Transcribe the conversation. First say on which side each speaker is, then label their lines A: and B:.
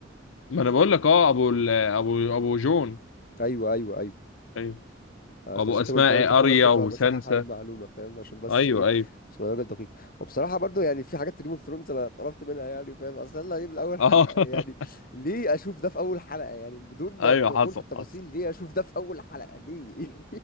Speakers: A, on the left; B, on the left.
A: ما انا بقول لك اه ابو ال... ابو ابو جون
B: ايوه ايوه ايوه
A: ايوه
B: عشان
A: وابو
B: عشان
A: اسماء
B: انت قلت قلت
A: ايه
B: اخوه
A: اريا
B: بس فبصحح
A: وسانسا
B: المعلومه فاهم عشان بس
A: ايوه
B: ايه
A: ايوه
B: عشان الراجل دقيق وبصراحه برضو يعني في حاجات في جيم اوف ثرونز انا اتقرفت منها يعني فاهم اصل يلا ايه من اول حلقه
A: اه
B: يعني
A: <laughs>
B: ليه اشوف ده في اول حلقه يعني بدون
A: ايوه
B: الدخول
A: حصل
B: في التفاصيل
A: حصل
B: ليه اشوف ده في اول حلقه ليه